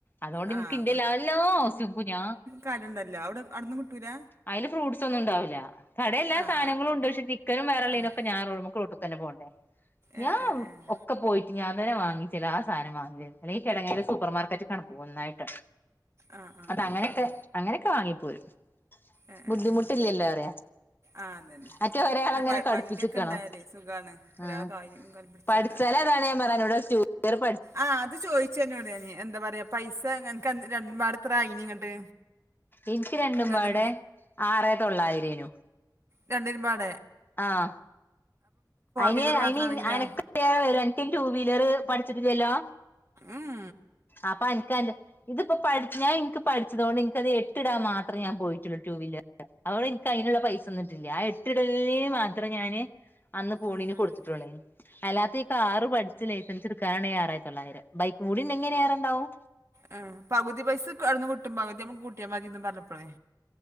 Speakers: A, on the left; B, on the right.
A: അതുകൊണ്ട്
B: ആഹ്
A: ഇനക്ക് ഇന്റെല്ലാ എല്ലോ ശ്യംപ ഞാ
B: കാര്ംണ്ടല്ലോ അവിടെ അടുന്നന്ന് കിട്ടൂല
A: അതില് ഫ്രൂട്ട് ഒന്നും ഉണ്ടാവില്ല കട എല്ലാ
B: ആഹ്
A: സാധനങ്ങളും ഉണ്ട് പക്ഷ ചിക്കന വേള്ളനുംൊെ
B: ആഹ് ആഹ്
A: ാൻുക്ക്ട്ട് തന്നെും
B: ഏഹ്
A: ഞ
B: ഏഹ് ഏഹ്
A: ഒക്കെ പോയി് അന വാങ്ങിച്ചില്ല ആ സാധം വാങ്ങല്ല ഈിടങ്ങേന്റെ സൂപ്പർ മാർക്കറ്റ് കണ പോകുന്നന്നായിട്ട്
B: ആഹ് ആഹ്
A: അത
B: ആഹ്
A: അങ്ങനെയൊക്കെ
B: ആഹ്
A: അങ്ങനെയൊക്കെ വാങ്ങിപ്പോരും
B: ഏഹ്
A: ബുദ്ധിമുട്ടില്ലല്ലോ
B: ഏഹ് ഏഹ്
A: അറിയ
B: ആഹ് അതന്നെ
A: മറ്റേ ഒരായാള
B: അല്ല
A: എങ്ങനെ
B: പ
A: കടുപ്പിച്ചുക്കണോ
B: വണ്ടിയൊക്കെ ഉണ്ടായാലേ സുഖാണ് ഒരാളെ
A: ആ
B: കാലും കാലും പിടിച്ചണ്ട
A: പഠിച്ചാല അതാണ് ഞാൻ പറാന ഇടൂർഠ
B: ആഹ് അത് ചോയിിച്ചെന്നോടീ എന്താ പറയാ പൈസ എനക്ക് രണ്ടപാട്ത്ര ആയിനി ഇങ്ങട്ട്
A: എനിക്ക് രണ്ടുമ്പാടെ
B: രണ്ടും
A: ആറേ തൊള്ളായിരേനു
B: രണ്ടരുപാട
A: ആഹ അയിന്
B: വീലർ
A: അന്
B: മാത്രാണെങ്കിലോ
A: അനക്ക്റെ വരും എനിക്ക ടു വീലർ പഠിച്ചിട്ട ചല്ലോ
B: ഉം
A: അപ്പ എ ഇതിപ്പോ പഠി ഞാൻനിക്ക് പഠിച്ചതുക കൊണ്ട് നിനിക്കത് എട്ടിടാൻ മാത്രേ ഞാൻ പോയിട്ടുള്ളു ടു വീലർ അവിടെ എനിക്ക് അതിനുള്ള പൈസ തന്നിട്ടില്ല ആ എട്ടുകള മാത്രം ഞാന് അന്ന് പോണീന്
B: ആഹ്
A: കൊടുത്തിട്ടളേ അല്ലാത്ത ഈ കാറ് പഠിച്ച് ലൈസൻസ് എടുക്കാനാണ് ആറായി ത്തള്ളായിരം ബൈക്ക് മൂടിന്ന എങ്ങനെയറണ്ടാവും
B: ആ പകുതി പൈസ അടുന്ന് കിട്ടും പകുതി നമ്മക്ക് കൂട്ടിയ മതിന്ന് പറഞ്ഞപ്പോളേ